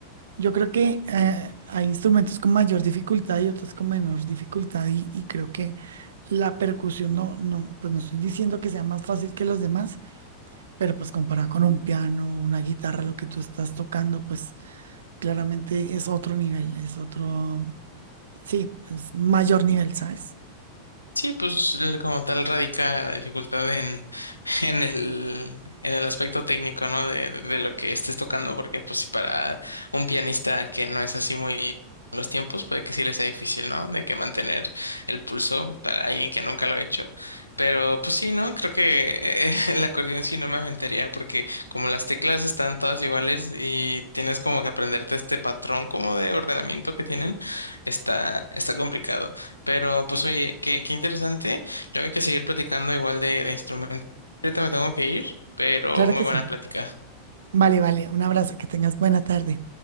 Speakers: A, on the right; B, on the left.
A: Yo creo que eh, hay instrumentos con mayor dificultad y otros con menor dificultad y, y creo que la percusión no, no, pues no estoy diciendo que sea más fácil que los demás pero pues comparado con un piano, una guitarra, lo que tú estás tocando, pues claramente es otro nivel, es otro, sí, es mayor nivel, ¿sabes?
B: Sí, pues el- como tal radica la dificultad en, <laughs> en el, en el aspecto técnico, ¿no? De, de lo que estés tocando, porque pues si para un pianista que no es así muy con los tiempos, puede que sí le sea difícil, ¿no? De que mantener el pulso para alguien que nunca lo ha hecho. Pero pues sí, ¿no? Creo que eh, <laughs> el acordeón sí no me aventaría, porque como las teclas están todas iguales y tienes como que aprenderte este patrón como de ordenamiento que tienen, está, está complicado. Pero pues oye, qué, qué interesante. Luego hay que seguir platicando igual de, de instrumentos. Ahorita me tengo que ir, pero
A: Claro
B: muy
A: que
B: buena
A: sí.
B: plática.
A: Vale, vale, un abrazo, que tengas buena tarde.